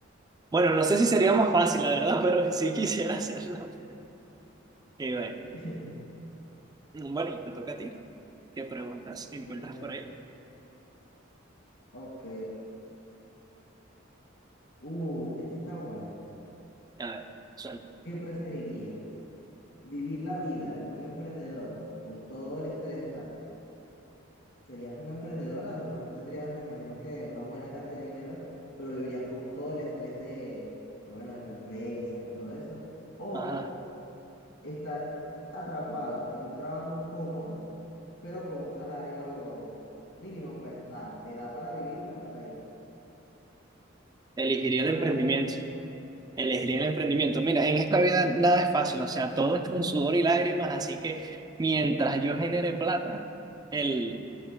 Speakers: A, on the right; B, on the left.
A: bueno, no sé si sería más fácil, la verdad, <laughs> pero sí quisiera hacerlo. Y bueno,
B: <laughs>
A: bueno, te toca a ti. ¿Qué preguntas encuentras
B: Eh,
A: por ahí?
B: ok. Uh, este está bueno.
A: A ver, suelta.
B: ¿Qué preferirías? ¿Vivir la vida de un emprendedor con todo el estrés? O sea, serías un emprendedor, a lo mejor tendrías, me imagino que una buena cantidad de dinero, pero vivirías con todo el estrés de, de, bueno, de tu empresa y todo eso. O
A: Ajá,
B: estar atrapado en un trabajo cómodo, pero con un salario mínimo, pues, o sea, te da para vivir, pero hasta ahí.
A: elegiría el
B: Salario,
A: emprendimiento. Elegiría el emprendimiento. Mira, en esta vida nada es fácil, o sea, todo es con sudor y lágrimas, así que mientras yo genere plata, el,